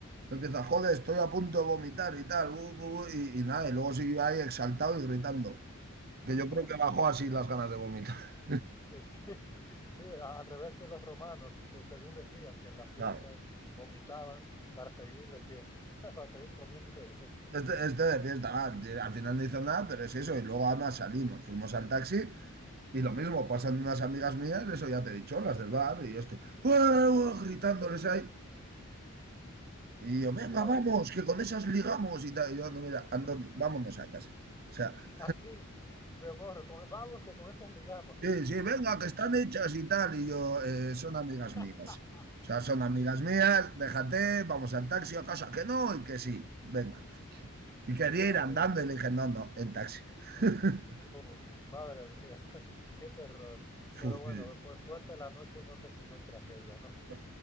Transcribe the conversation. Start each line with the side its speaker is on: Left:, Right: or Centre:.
Right: me empieza, joder, estoy a punto de vomitar y tal, uh, uh, uh", y, y nada, y luego siguió ahí exaltado y gritando, que
Left: <laughs>
Right: yo creo que bajó así las ganas de vomitar. <laughs>
Left: Pues Sí, <laughs> sí, al revés que los romanos, que según decían que en las fiestas
Right: Claro.
Left: vomitaban para seguir de fiesta, <laughs> para seguir comiendo y bebiendo.
Right: Este, este de fiesta, ah, que al final no hizo nada, pero es eso, y luego además salimos, fuimos al taxi y lo mismo, pasan unas amigas mías, eso ya te he dicho, las del bar, y yo estoy, "Uah, uah", gritándoles ahí, Y
Left: <laughs>
Right: yo, venga,
Left: Madre,
Right: vamos, que con esas ligamos y tal. Y yo, "Ando, mira, Antonio,
Left: <laughs>
Right: vámonos a casa. O sea,
Left: así de morro, con- vamos que con esas ligamos.
Right: sí, sí, venga, que están hechas y tal. Y yo, "Eh, son amigas
Left: <laughs>
Right: mías. O sea, son amigas mías, déjate, vamos al taxi a casa, que no, y que sí, venga. Y quería
Left: Madre
Right: ir andando
Left: mía,
Right: y le dije, no, no, en taxi. <laughs>
Left: uf, madre mía, <laughs> qué terror.
Right: Fu,
Left: Pero bueno,
Right: sí,
Left: por suerte la noche no terminó en tragedia, ¿no?
Right: sí.